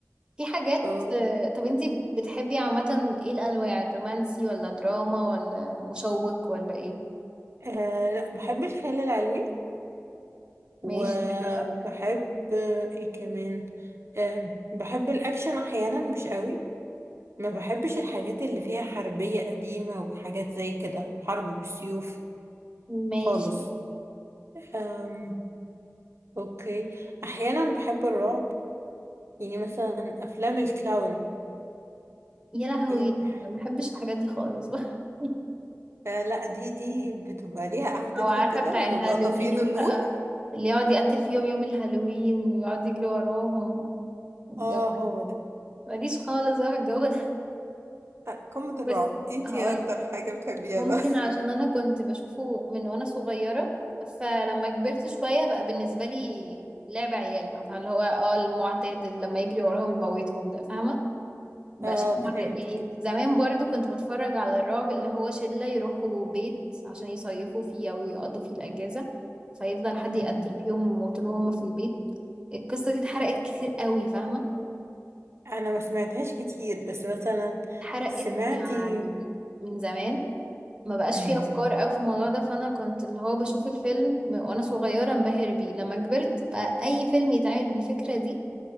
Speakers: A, on the right; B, on the right.
A: في حاجات
B: أه
A: آه، طب انتي بتحبي عامة ايه الانواع الرومانسي ولا دراما ولا مشوق ولا ايه
B: آه، لا بحب الخيال العلمي وبحب
A: ماشي حلو قوي
B: ايه كمان آم، بحب الاكشن احيانا مش قوي ما بحبش الحاجات اللي فيها حربية قديمة وحاجات زي كده حرب بالسيوف
A: ماشي
B: خالص أم اوكي احيانا بحب الرعب يعني مثلا افلام الكلاون
A: يا لهوي
B: يعني بح-
A: ما بحبش الحاجات دي خالص بقى <laughs>
B: آه، لا دي دي بتبقى ليها قعدتها
A: او عارفه
B: كده
A: بتاع
B: ونبقى
A: الهالوين
B: طافيين النور
A: بقى اللي يقعد يقتل فيهم يوم الهالوين ويقعد يجري وراهم والجو
B: اه
A: ده
B: هو ده
A: ماليش خالص بقى في الجو ده <laughs>
B: آه، قمة الرعب
A: بس
B: انتي
A: هقولك
B: إيه اكتر حاجة بتحبيها
A: ممكن
B: بقى
A: عشان انا كنت بشوفه من وانا صغيره فلما كبرت شويه بقى بالنسبه لي لعب عيال بقى فاللي هو اه المعتاد اللي لما يجري وراهم يموتهم ده فاهمه بقى
B: <laughs> اه
A: شيء معتاد
B: فهمتك
A: يعني زمان برضو كنت بتفرج على الرعب اللي هو شلة يروحوا بيت عشان يصيفوا فيه أو يقضوا فيه الأجازة فيفضل حد
B: مم.
A: يقتل فيهم وطول ما هم في البيت القصة دي اتحرقت كتير قوي فاهمة
B: انا ما سمعتهاش كتير بس مثلا
A: اتحرقت
B: سمعتي
A: يعني من زمان ما بقاش
B: مم.
A: فيه أفكار أوي في الموضوع ده فأنا كنت اللي هو بشوف الفيلم من- وأنا صغيرة انبهر بيه لما كبرت بقى أي فيلم يتعمل بالفكرة دي